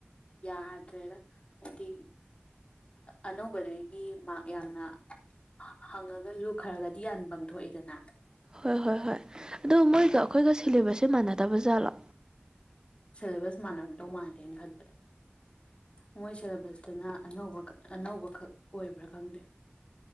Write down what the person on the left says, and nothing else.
ꯌꯥꯗ꯭ꯔꯦꯗ ꯍꯥꯏꯗꯤ ꯑꯅꯧꯕꯗꯒꯤ ꯃꯥꯛ ꯌꯥꯝꯅ ꯍꯪꯉꯥꯒꯁꯨ ꯈꯔ ꯈꯔꯁꯨ ꯌꯥꯟꯐꯝ ꯊꯣꯛꯏꯗꯅ
ꯁꯦꯂꯦꯕꯁ ꯃꯥꯟꯅꯔꯝꯗꯧ ꯃꯥꯟꯗꯦ ꯑꯩ ꯈꯟꯕꯗ ꯃꯣꯏ ꯁꯦꯂꯦꯕꯁꯇꯅ ꯑꯅꯧꯕꯈꯛ ꯑꯅꯧꯕꯈꯛ ꯑꯣꯏꯕ꯭ꯔꯥ ꯈꯪꯗꯦ